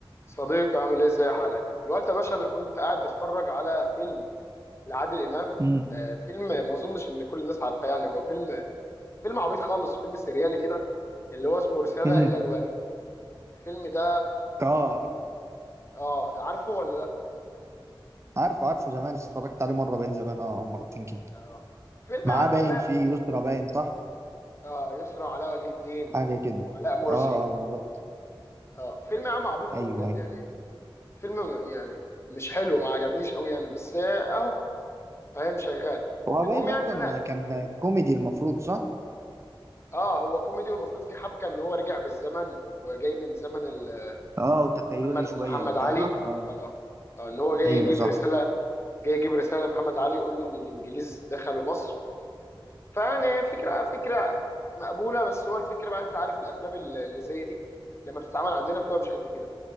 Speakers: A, on the left; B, on the right.
A: صديقي عامل ايه ازاي حالك الوقت يا باشا انا كنت قاعد بتفرج على فيلم لعادل امام
B: امم
A: آه فيلم ما اظنش ان كل الناس عارفاه يعني هو فيلم فيلم عبيط خالص فيلم سريالي كده اللي هو اسمه رسالة
B: امم
A: الى الوالي الفيلم ده
B: اه عارفه
A: اه عارفه ولا لا
B: عارفه عارفه زمان اتفرجت عليه مره باين زمان اه او مرتين كده
A: اه فيلم
B: معاه
A: يا عم
B: باين
A: غاية
B: فيه
A: في
B: يسرا باين صح
A: اه يسرا وعلاء ولي الدين
B: حاجه كده
A: وعلاء مرسي
B: اه اه بالظبط
A: اه فيلم يا عم عبيط قوي
B: ايوه
A: بجد
B: ايوه
A: يعني فيلم م- يعني مش حلو ما عجبنيش قوي يعني بس آه، اهو فاهم شغال
B: هو
A: المهم
B: باين
A: يعني
B: اصلا
A: ان انا
B: كان كوميدي المفروض صح
A: اه هو كوميدي والمفروض في حبكه ان هو رجع بالزمن وجاي من زمن ال-
B: اه وتخيلي
A: محمد
B: شويه
A: محمد
B: وبتاع
A: علي
B: صح اه
A: اه آه، ان هو جاي
B: ايوه
A: يجيب
B: صح
A: رساله جاي يجيب رساله لمحمد علي يقول له ان الانجليز دخلوا مصر فيعني فكره فكره مقبوله بس هو الفكره بقى انت عارف الافلام ال- اللي زي دي لما بتتعمل عندنا بتبقى مش قد كده